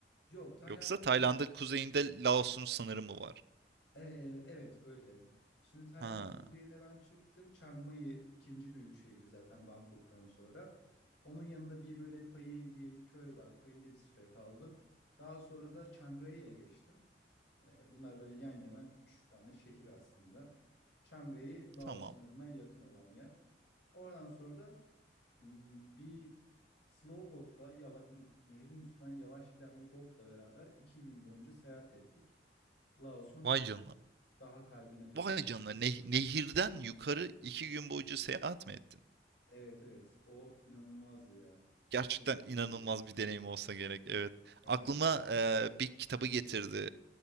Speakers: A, on the left; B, on the right.
A: Yok, Tayland'ın
B: Yoksa Tayland'ın
A: en-
B: kuzeyinde Laos'un sınırı mı var?
A: e, e, evet öyle. Şimdi Tayland'ın
B: Ha,
A: kuzeyine ben çıktım. Chiang Mai ikinci büyük şehri zaten Bangkok'tan sonra. Onun yanında bir böyle Pai diye bir köy var. Pai'de bir süre kaldım. Daha sonra da Chiang Rai'ye geçtim. E, bunlar böyle yan yana üç tane şehir aslında. Chiang Rai, Laos
B: tamam.
A: sınırına yakın olan yer. Oradan sonra da Hmm, Bir slow botla yava- n- nehrin üstünden yavaş giden bir botla beraber iki gün boyunca seyahat ettik. Laos'un
B: Vay canına.
A: daha kalbine doğru.
B: Vay canına. neh- nehirden yukarı iki gün boyunca seyahat mi ettin?
A: Evet evet o inanılmazdı ya.
B: Gerçekten
A: Çok keyifliydi.
B: inanılmaz bir deneyim olsa gerek. Evet.
A: Evet
B: Aklıma
A: abi.
B: eee, bir kitabı getirdi.